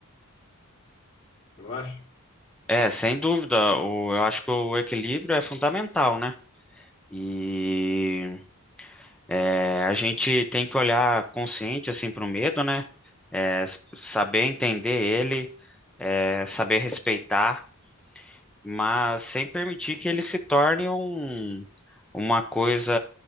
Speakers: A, on the left; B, in the centre.
A: Você não acha?
B: É, sem dúvida, o, eu acho que o equilíbrio é fundamental, né? E é, a gente tem que olhar consciente assim para o medo, né? É, s- saber entender ele, é, saber respeitar, mas sem permitir que ele se torne um, uma coisa